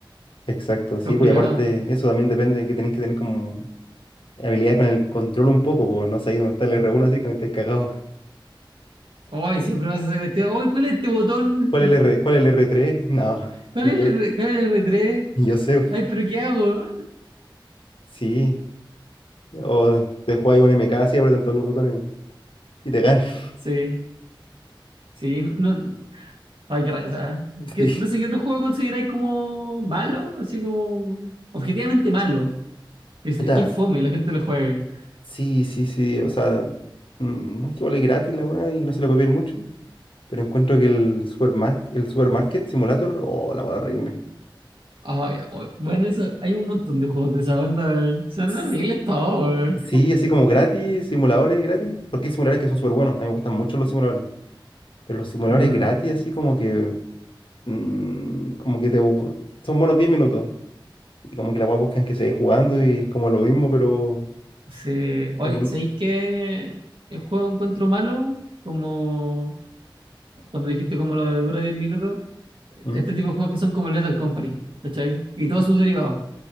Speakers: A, on the left (about 80°); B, on the right (about 80°).
A: exacto. Sí,
B: Complicado.
A: pues y aparte, eso también depende que tenés que tener como habilidad con el control un poco, porque no sabéis dónde está el r uno así, cuando estáis cagados.
B: Hoy siempre vas a hacer cuestión. Hoy, ¿cuál es este botón?
A: <laughs> ¿Cuál es el R, cuál es el r tres <laughs> No,
B: ¿Cuál
A: ni
B: es
A: yo,
B: el, R- cuál es el R3?
A: ni yo sé.
B: Ay, pero ¿qué hago?
A: Sí, o te juegas un M K así, apretan todos los botones y te ganan. <laughs>
B: Sí, sí, no, ay, qué reza. ¿Qué-
A: Sí.
B: no sé qué otro juego consideráis como malo, así como objetivamente malo. Que, se-
A: Puta,
B: que fome la gente lo juegue.
A: sí, sí, sí, o sea, mm, es que vale gratis la weá y no se le puede pedir mucho. Pero encuentro que el supermarket, el supermarket simulator, oh, la hueá horrible.
B: Ay, oh, bueno, eso, hay un montón de juegos de esa onda. weón. Son
A: S-
B: horribles todos. weón.
A: Sí, así como gratis, simuladores gratis. Porque hay simuladores que son súper buenos. A mí me gustan mucho los simuladores. Pero los simuladores
B: No,
A: gratis, así como que. mm, como que te. bu- Son buenos 10 minutos. Y como que la weá buscan que se jugando y es como lo mismo, pero.
B: sí. Hoy,
A: Como, n-
B: ¿sabéis qué el juego encuentro malo? Como cuando dijiste como lo de dura 10 minutos.
A: ¿Mm?
B: Este tipo de juegos que son como Lethal Company, ¿cachai? Y todos sus derivados.